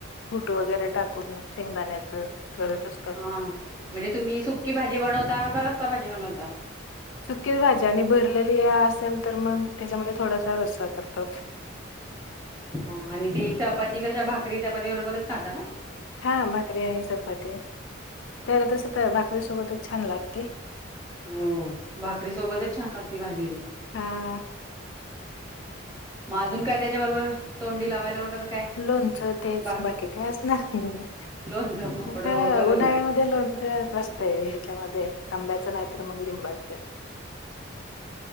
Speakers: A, on the left (about 70°); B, on the right (about 20°).
A: कुठ वगैरे टाकून शेंगदाण्याच करत असत.
B: हा म्हणजे तुम्ही सुक्की भाजी बनवता का रस्सा भाजी बनवता?
A: सूकीच भाज्या आणि भरलेली असेल तर मग त्याच्यामध्ये थोडासा रस्सा करतात.
B: ह आणि ते चपाती कशा भाकरी चपाती बरोबरच खाता ना?
A: हां भाकरी आणि चपाती, तर तसं तर भाकरीसोबतच छान लागते.
B: हो भाकरी सोबतच छान लागते भाजी ती.
A: हां.
B: म अजून काय त्याच्याबरोबर तोंडी लावायला वगैरे काय
A: लोनचं तेच
B: बा
A: बाकी काय असणार.
B: लोणचं पापड
A: ह
B: बरोबर
A: उन्हाळ्यामध्ये लोणचं ते ह्याच्यामध्ये आंब्याचं नाहीतर मग लिंबाचं.